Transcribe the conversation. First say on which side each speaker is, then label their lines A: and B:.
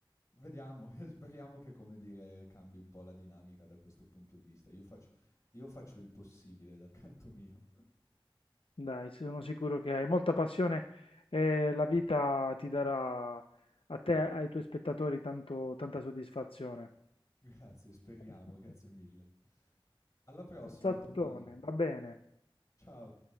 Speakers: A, on the left (about 35°); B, on the left (about 75°).
A: Vediamo, <laughs> speriamo che, come dire, cambi un po' la dinamica da questo punto di vista. Io faccio, io faccio il possibile dal canto mio.
B: Dai, sono sicuro che hai molta passione e la vita ti darà a te e ai tuoi spettatori tanto- tanta soddisfazione.
A: <laughs> Grazie, speriamo,
B: <laughs>
A: grazie mille. Alla prossima,
B: Un salutone,
A: Tommaso.
B: va bene.
A: Ciao.